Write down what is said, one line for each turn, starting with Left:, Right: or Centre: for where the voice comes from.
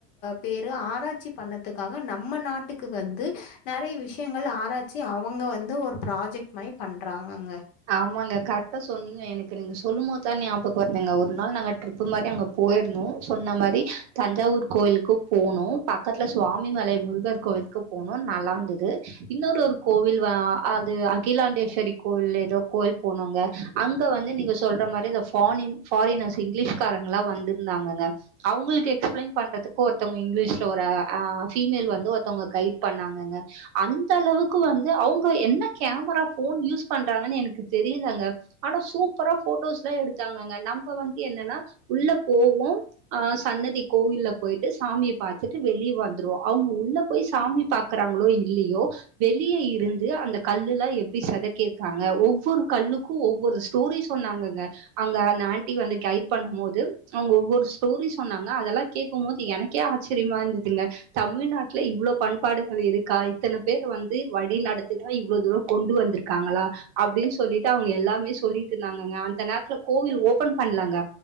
Left: பேரு ஆராய்ச்சி பண்ணதுக்காக நம்ம நாட்டுக்கு வந்து நிறைய விஷயங்கள் ஆராட்ச்சி அவங்க வந்து ஒரு ப்ராஜெக்ட் மாதிரி பண்றாங்கங்க
Right: ஆமாங்க கரெக்ட்டா சொன்னீங்க எனக்கு நீங்க சொல்லும் போதுதான் ஞாபகம் வருந்தீங்க ஒரு நாள் நாங்க ட்ரிப்பு மாரி அங்க போயிருதோம் சொன்ன மாரி தஞ்சாவூர் கோவிலுக்கு போகனும் பக்கத்துல சுவாமிமலை முருகர் கோவிலுக்கு போகனும் நல்லா இருந்தது இன்னொரு ஒரு கோவில் அது அகிலாண்டேஸ்வரி கோவில் கோவில் போணங்க அங்க வந்து நீங்க சொல்லர மாரி அந்த பாரின் ஃபாரினஸ் இங்கிலிஷ்காரங்க வந்துருந்தாங்கங்க அவுங்களுக்கு எகஸ்பிளைன் பன்றதுக்கு ஒருத்தவங்க இங்கிலிஷ் ஒரு பீமேய்ல் ஒரு ஒருத்தவங்க கைட் பண்ணாங்க அந்த அளவுக்கு வந்து அவுங்க என்ன கேமரா போன் யூஸ் பன்ற எனக்கு தெரியல ஆனா சூப்பர போட்டோஸ் லாம் எடுத்தாங்க நம்ப என்னன்னா உள்ள போவோம் சன்னதி கோவில்ல போயிட்டு சாமிய பார்த்துட்டு வெளி வந்துருவோம் அவங்க உள்ள போய் சாமி பாக்குறாங்களோ இல்லையோ வெளியே இருந்து அந்த கல்லுல்லா எப்படி சதக்கிய இருக்காங்க ஒவ்வொரு கல்லுக்கும் ஒவ்வொரு ஸ்டோரி சொன்னாங்கங்க அங்க அந்த ஆண்டி வந்து கைட் பண்ணும் போது அவங்க ஒவ்வொரு ஸ்டோரி சொன்னாங்க அதெல்லாம் கேக்கும் போது எனக்கே ஆச்சரியமா இருந்ததுங்க தமிழ்நாட்டுல இவ்வளவு பண்பாடுகள் இருக்கா இத்தனை பேர் வந்து வழி நடத்ததான் இவ்வளோ தூரம் கொண்டு வந்திருக்காங்களா அப்படின்னு சொல்லிட்டு அவங்க எல்லாமே சொல்லிட்டு இருந்தாங்க அந்த நேரத்துல கோவில் ஓபன் பண்ணலாங்க